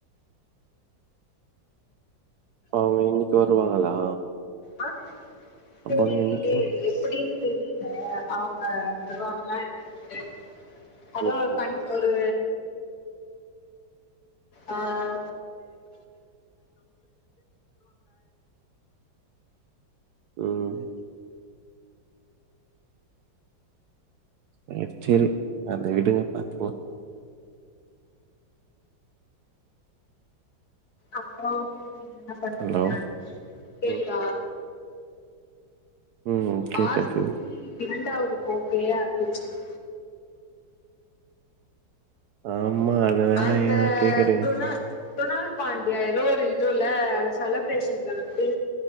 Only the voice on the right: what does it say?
அவங்க இன்னைக்கு வருவாங்களா
அப்ப
அவங்க இன்னைக்கு
ம்
ம் சேர் செரி அந்த விடுங்க பாத்துக்கலா
ஹலோ
ம் ம் கேக்குது
ஆமா அத வேற
ஏ கேக்குறீங்க